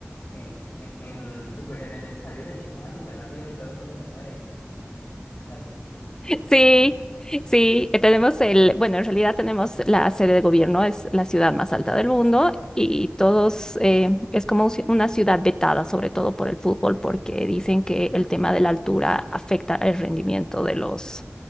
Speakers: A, on the left (about 60°); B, on the left (about 15°).
A: en, en, en, super- en el estadio ese que queda súper arriba y todo el mundo se muere. Dale. Sí, sí, sí.
B: Sí, sí, eh, tenemos el, bueno, en realidad tenemos la sede de gobierno, es la ciudad más alta del mundo y todos, eh, es como un ci- una ciudad vetada, sobre todo por el fútbol, porque dicen que el tema de la altura afecta el rendimiento de los,